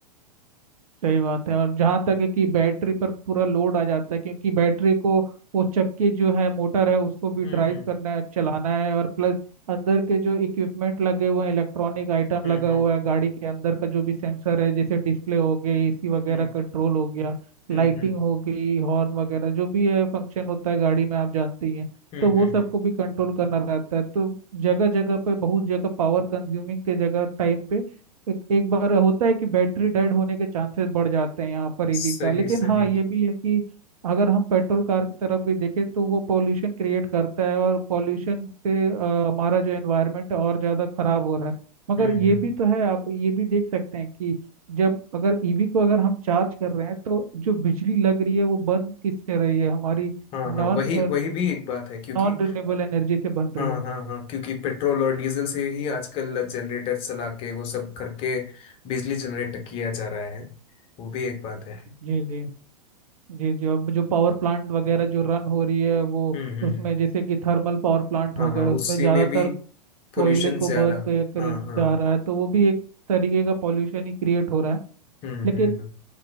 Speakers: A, on the right; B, on the left.
A: सही बात है और जहाँ तक है कि बैटरी पर पूरा लोड आ जाता है क्योंकि बैटरी को वो चक्के जो है मोटर है उसको भी
B: हम्म
A: ड्राइव
B: हम्म
A: करना है चलाना है और प्लस अंदर के जो इक्विपमेंट लगे हुए हैं इलेक्ट्रॉनिक आइटम
B: हम्म
A: लगा
B: हम्म
A: हुआ है गाड़ी के अंदर का जो भी सेंसर है जैसे डिस्प्ले हो गई एसी वगैरह
B: हम्म
A: कंट्रोल हो गया
B: हम्म
A: लाइटिंग
B: हम्म
A: हो गई हॉर्न वगैरह जो भी है फंक्शन होता है गाड़ी में आप जानते ही हैं
B: हम्म
A: तो वो
B: हम्म
A: सबको
B: हम्म,
A: भी कंट्रोल करना रहता है तो जगह जगह पे बहुत जगह पावर कंज्यूमिंग के जगह टाइम पे एक, एक बार होता है कि बैटरी डेड होने के चांसेस बढ़ जाते हैं यहाँ पर ईवी
B: सही
A: का लेकिन
B: सही
A: हाँ ये भी है कि अगर हम पेट्रोल कार की तरफ भी देखें तो वो पॉल्यूशन क्रिएट करता है और पॉल्यूशन से अ, हमारा जो एनवायरनमेंट है और ज़्यादा खराब हो रहा है मगर
B: हम्म
A: ये
B: हम्म
A: भी तो है आप ये भी देख सकते हैं कि जब अगर ईवी को अगर हम चार्ज कर रहे हैं तो जो बिजली लग रही है वो बन किससे रही है हमारी
B: हाँ
A: नॉन
B: हाँ वही वही भी एक बात है क्योंकि
A: नॉन रिन्यूएबल एनर्जी से बन
B: हाँ
A: रही है
B: हाँ हाँ क्योंकि पेट्रोल और डीजल से ही आजकल जनरेटर चला के वो सब करके बिजली जनरेट किया जा रहा है वो भी एक बात है
A: जी जी जी जी अब जो पावर प्लांट वगैरह जो रन हो रही है वो
B: हम्म हम्म
A: उसमें
B: हम्म
A: जैसे कि थर्मल पावर प्लांट
B: हाँ
A: हो गए
B: हाँ
A: उसमें
B: उसी
A: ज़्यादातर
B: में भी पोल्यूशन
A: कोयले को
B: ज्यादा
A: बर्न
B: हो
A: कर, कर
B: हाँ
A: जा
B: हाँ
A: रहा है तो वो भी एक तरीके का पॉल्यूशन ही क्रिएट हो रहा है
B: हम्म
A: लेकिन
B: हम्म हम्म